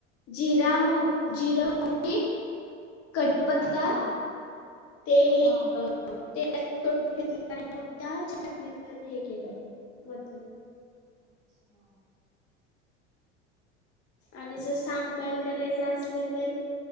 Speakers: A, on the left (about 40°); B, on the right (about 55°).
A: जिरा मोह जीर, मोहरी कढीपत्ता
B: हा
A: ते
B: हा
A: ए तेलात परतून घेतलं मग त्या चटणीवर हे केलं ओतून.
B: अच्छा.
A: आणि जर सांबार करायचा असला तर?